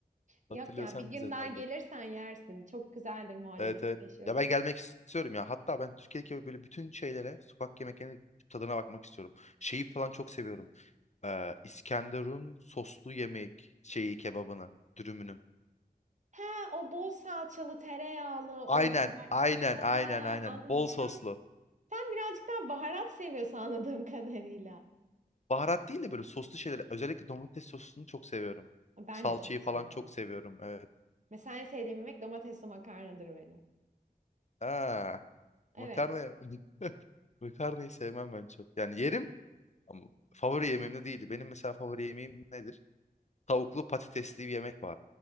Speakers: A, on the left; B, on the right.
A: Hatırlıyorsam
B: Yok ya bir gün
A: güzeldi.
B: daha gelirsen yersin. Çok güzeldir muhallebisi
A: Evet evet.
B: meşhurdur.
A: Ya ben gelmek istiyorum ya. Hatta ben Türkiye'deki böyle bütün şeylere, sokak yemeklerine tadına bakmak istiyorum. Şeyi falan çok seviyorum. e, İskenderun soslu yemek şeyi kebabını, dürümünü.
B: He o bol salçalı tereyağlı
A: Aynen,
B: o güzel.
A: aynen,
B: He
A: aynen, aynen.
B: anladım.
A: Bol soslu.
B: Sen sen birazcık daha baharat seviyorsun anladığım kadarıyla.
A: Baharat değil de böyle soslu şeyler. Özellikle domates sosunu çok seviyorum.
B: Ben
A: Salçayı
B: de çok
A: falan
B: severim.
A: çok seviyorum. Evet.
B: Mesela en sevdiğim yemek domatesli makarnadır benim.
A: Aa,
B: Evet.
A: makarna <laughs> makarnayı sevmem ben çok. Yani yerim ama favori yemeğim de değildi. Benim mesela favori yemeğim nedir? Tavuklu patatesli bir yemek var.